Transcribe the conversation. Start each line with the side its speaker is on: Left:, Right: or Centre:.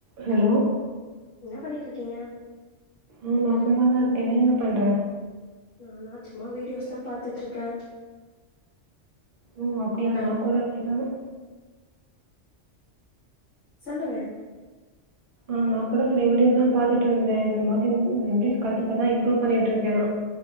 Right: Hello
Left: என்ன பண்ணிட்டு இருக்கீங்க
Right: ஆ நா சும்மா தா இருக்கே நீ என்ன பண்ற
Left: நானா சும்மா வீடியோஸ் தா பாத்துட்டுருக்க
Right: ஓ அப்டியா
Left: நான்
Right: நா கூட அங்க என்னமோ
Left: சொல்லுங்க
Right: ஆ நா கூட சில வீடியோஸ் தா பாத்துட்டு இருந்தே இந்த மாரி இங்கிலீஷ் கத்துக்கதா இம்ப்ரூவ் பண்ணிட்டுருக்கே நா